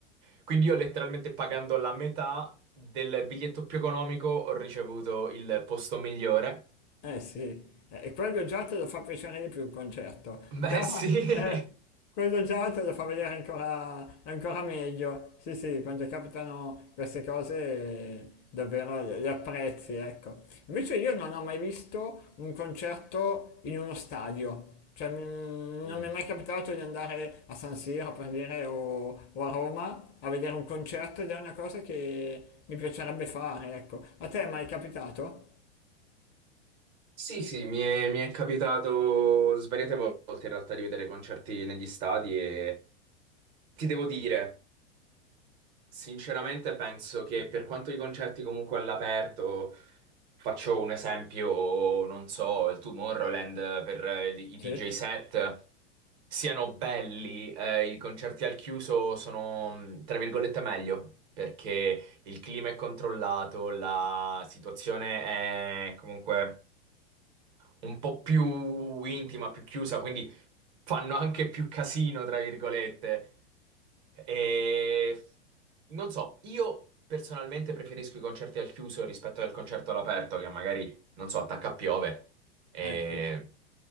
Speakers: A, on the right; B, on the left.
A: Quindi io letteralmente pagando la metà del biglietto più economico ho ricevuto il posto migliore.
B: Eh sì, eh, e quello già te lo fa piacere di più il concerto,
A: Beh,
B: già,
A: sì.
B: eh,
A: <laughs>
B: quello già te lo fa vedere ancora, ancora meglio, sì sì, quando capitano queste cose eh, davvero le, le apprezzi, ecco. Invece io non ho mai visto un concerto in uno stadio, cioè mm,
A: Mm.
B: non mi è mai capitato di andare a San Siro per dire o, o a Roma a vedere un concerto ed è una cosa che mi piacerebbe fare, ecco. A te è mai capitato?
A: Sì, sì, mi è, mi è capitato svariate volte in realtà di vedere concerti negli stadi e ti devo dire. Sinceramente penso che per quanto i concerti comunque all'aperto, faccio un esempio, non so, il Tomorrowland per eh, i
B: Sì,
A: DJ set siano belli, eh, i concerti al chiuso sono, mh, tra virgolette, meglio, perché il clima è controllato, la situazione è comunque un po' più intima, più chiusa, quindi fanno anche più casino, tra virgolette. E non so, io personalmente preferisco i concerti al chiuso rispetto al concerto all'aperto, che magari, non so, attacca a piove. E...
B: eh sì.